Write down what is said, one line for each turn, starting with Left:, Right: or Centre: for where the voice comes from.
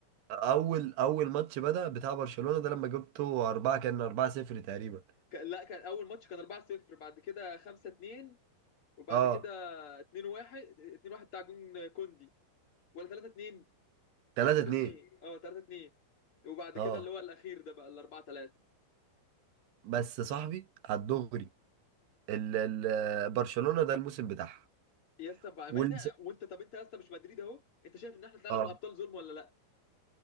Right: اول اول ماتش بدأ بتاع برشلونة ده لما جبته أربعة كان أربعة صفر تقريبا
Left: كان لا كان اول ماتش كان 4-0 بعد كده 5-2 وبعد
Right: اه
Left: كده 2-1 2-1 بتاع جون كوندي ولا 3-2
Right: تلاتة
Left: 3-2
Right: اتنين
Left: اه 3-2 وبعد
Right: اه
Left: كده اللي هو الاخير ده بقى ال 4-3
Right: بس صاحبي على الدغري ال ال برشلونة ده الموسم بتاعها
Left: يا اسطى بامانه
Right: والس...
Left: وانت طب انت يا اسطى مش مدريد اهو انت شايف ان احنا طلعنا
Right: اه
Left: من الابطال ظلم ولا لا